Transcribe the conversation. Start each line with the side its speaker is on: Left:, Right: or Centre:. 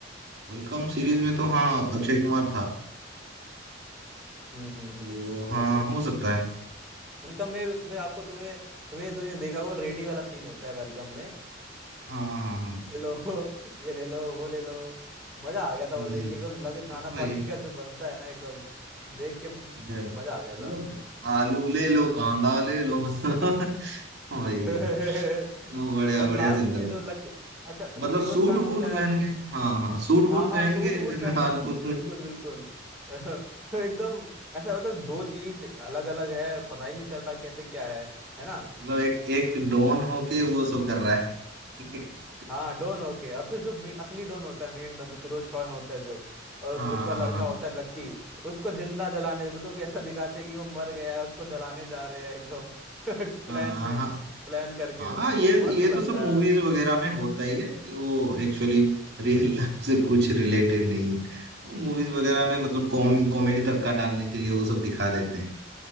Right: वेलकम सीरीज में तो हाँ अक्षय कुमार था
Centre: हम्म हम्म
Right: तो
Centre: हम्म
Right: हाँ
Centre: वेलकम
Right: हो सकता है
Centre: वेलकम में उसमें आपको तुम्हें तुम्हें तुमने देखा वो रेडी वाला सीन होता है वेलकम में
Right: हाँ हाँ हाँ
Centre: ले लो <laughs> ये ले लो वो ले लो मजा आ गया था
Right: जी
Centre: वो देख
Right: जी।
Centre: के एकदम लग नाना
Right: हाँ, भाई
Centre: पाटेकर जो बनता है ना एकदम देख के म-
Right: ये, मतलब
Centre: मजा आ गया था
Right: आलू ले लो कांदा ले लो बस भाई
Centre: <laughs>
Right: हाँ, बढ़िया
Centre: और
Right: बढ़िया
Centre: लास्ट
Right: जिंदा
Centre: में जो
Right: हो।
Centre: लक अच्छा जो
Right: मतलब
Centre: फिरोज
Right: सूट
Centre: खान
Right: वूट
Centre: होता
Right: पहन
Centre: है जो
Right: के हाँ हाँ सूट
Centre: हाँ
Right: वूट
Centre: हाँ
Right: पहन
Centre: सूट
Right: के
Centre: वूट पहन
Right: <laughs> आलू
Centre: बिल्कुल बिल्कुल <laughs> एकदम ऐसा मतलब दो चीज अलग अलग है पता ही नहीं चल रहा कैसे क्या है है ना
Right: मतलब एक एक डॉन होके वो सब कर रहा है <laughs>
Centre: हाँ डॉन ओके और फिर जो मे- असली डॉन होता है मेन डॉन जो फिरोज खान होता है जो और
Right: हाँ
Centre: उस, उसका
Right: हाँ
Centre: लड़का
Right: हाँ
Centre: होता है लक्की उसको जिंदा जलाने मतलब कि ऐसा दिखाते हैं कि वो मर गया है उसको जलाने जा रहे हैं एकदम <laughs> प्लान
Right: हाँ
Centre: में
Right: हाँ हाँ
Centre: प्लान करके
Right: हाँ, ये
Centre: मस्त
Right: ये
Centre: लगता
Right: तो सब मूवीज वगैरह में होता ही है वो एक्चुअली रियल लाइफ से कुछ रिलेटेड नहीं है वो मूवीज वगैरह
Centre: है
Right: में मतलब कॉम कॉमेडी तड़का डालने के लिए वो सब दिखा देते हैं